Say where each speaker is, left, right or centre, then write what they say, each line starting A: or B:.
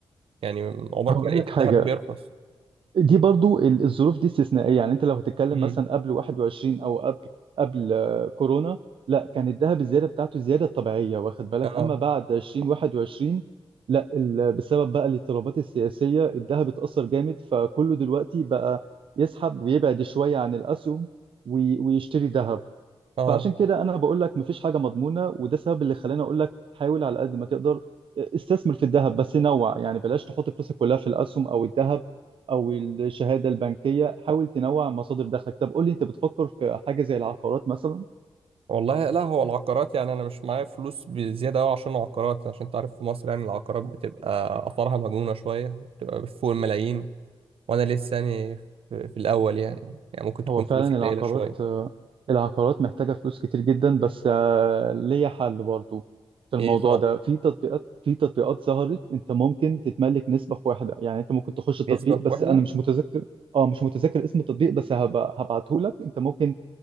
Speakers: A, on the right; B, on the right.
A: يعني عمرك
B: هقول
A: ما لقيت
B: لك حاجة
A: الذهب بيرخص
B: دي برضو ال- الظروف دي استثنائية يعني انت لو هتتكلم
A: مم.
B: مثلا قبل 21 او قبل قبل آه، كورونا لا كان الذهب الزيادة بتاعته الزيادة الطبيعية واخد بالك
A: اه
B: اما بعد 20 21 لا ال- بسبب بقى الاضطرابات السياسية الذهب اتأثر جامد فكله دلوقتي بقى يسحب ويبعد شوية عن الأسهم وي- ويشتري ذهب
A: اه
B: فعشان كده انا بقول لك مفيش حاجه مضمونه وده السبب اللي خلاني اقول لك حاول على قد ما تقدر آه، استثمر في الذهب بس نوع يعني بلاش تحط فلوسك كلها في الاسهم او الذهب او الشهاده البنكيه حاول تنوع مصادر دخلك طب قول لي انت بتفكر في حاجه زي العقارات مثلا
A: والله لا هو العقارات يعني أنا مش معايا فلوس بزيادة أوي عشان العقارات عشان أنت عارف في مصر يعني العقارات بتبقى آثارها مجنونة شوية بتبقى فوق الملايين وأنا لسه يعني في في الأول يعني يعني ممكن تكون
B: هو فعلا
A: فلوسي
B: العقارات
A: قليلة شوية
B: العقارات محتاجة فلوس كتير جدا بس آه، ليا حل برضو في الموضوع
A: إيه طب
B: ده في تطبيقات في تطبيقات ظهرت انت ممكن تتملك نسبة في واحدة يعني انت ممكن تخش التطبيق
A: نسبة
B: بس
A: واحدة
B: انا مش متذكر اه مش متذكر اسم التطبيق بس هبعته لك انت ممكن